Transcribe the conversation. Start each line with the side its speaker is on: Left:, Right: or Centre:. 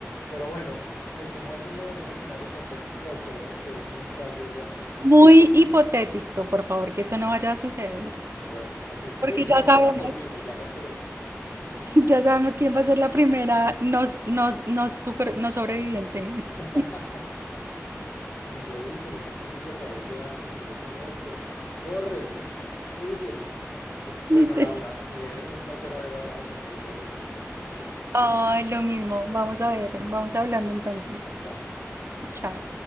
Left: Pero bueno, eh, como es un, un escenario hipotético, esperemos que nunca llegue a suceder.
Right: Muy hipotético, por favor, que eso no vaya a suceder.
Left: Bueno, al principio
Right: Porque
Left: dijimos
Right: ya sabemos,
Left: que era Sí. posible,
Right: <laughs>
Left: ya no queremos, ¿no?
Right: ya sabemos quién va a ser la primera nos, nos, nos super, no sobreviviente. <laughs>
Left: <laughs> Sí, yo, uy, pero esa zombie se parece a alguien que yo conozco. Corre, <laughs> huye. Bueno,
Right: Literal.
Left: Laura, eh, un placer haber hablado contigo de este tema tan divertido.
Right: Ay, lo mismo. Vamos a ver, vamos hablando entonces.
Left: Chao.
Right: Chao.